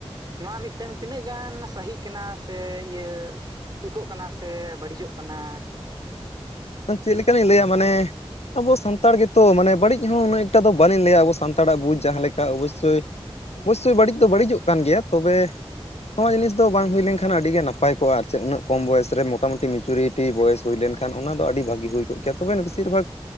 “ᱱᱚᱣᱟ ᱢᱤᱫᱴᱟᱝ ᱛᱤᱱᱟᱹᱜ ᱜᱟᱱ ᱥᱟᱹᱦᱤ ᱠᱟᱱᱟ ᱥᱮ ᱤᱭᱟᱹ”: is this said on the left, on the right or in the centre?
Right